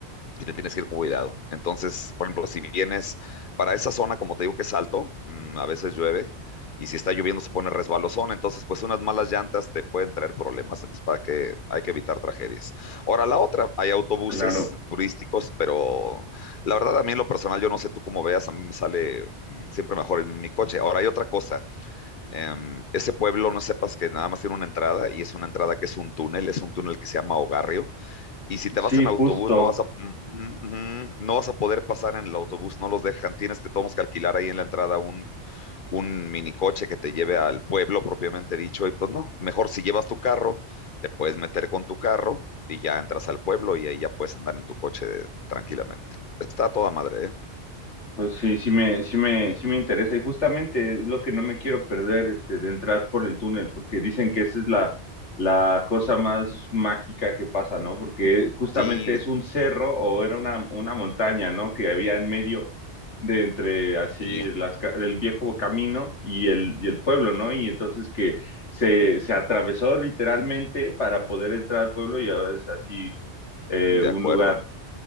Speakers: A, on the left; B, on the left.
A: y te tienes que ir con cuidado. Entonces, por ejemplo, si vienes para esa zona, como te digo que es alto, mm, a veces llueve y si está lloviendo se pone resbalosón, entonces pues unas malas llantas te pueden traer problemas, entonces para que hay que evitar tragedias. Ahora la otra, hay autobuses
B: claro.
A: turísticos, pero la verdad a mí en lo personal yo no sé tú cómo veas, a mí me sale mm, siempre mejor en mi coche. Ahora hay otra cosa, em, ese pueblo no sepas que nada más tiene una entrada y es una entrada que es un túnel, es un túnel que se llama Ogarrio y si te
B: Sí,
A: vas en
B: justo.
A: autobús, no vas a, mm, mm, mm, no vas a poder pasar en el autobús, no los dejan. Tienes que, tenemos que alquilar ahí en la entrada un, un minicoche que te lleve al pueblo propiamente dicho. Y pues no, mejor si llevas tu carro, te puedes meter con tu carro y ya entras al pueblo y ahí ya puedes andar en tu coche tranquilamente. Está a toda madre, ¿eh?
B: Pues sí, sí me, sí me, sí me interesa y justamente es lo que no me quiero perder, este, de entrar por el túnel, porque dicen que esa es la, la cosa más mágica que pasa, ¿no? Porque justamente
A: Sí,
B: es un cerro o era una, una montaña, ¿no? Que había en medio de entre así
A: sí,
B: las, ca- el viejo camino y el, y el pueblo, ¿no? Y entonces que se, se atravesó literalmente para poder entrar al pueblo y ahora es así eh,
A: de
B: un
A: acuerdo.
B: lugar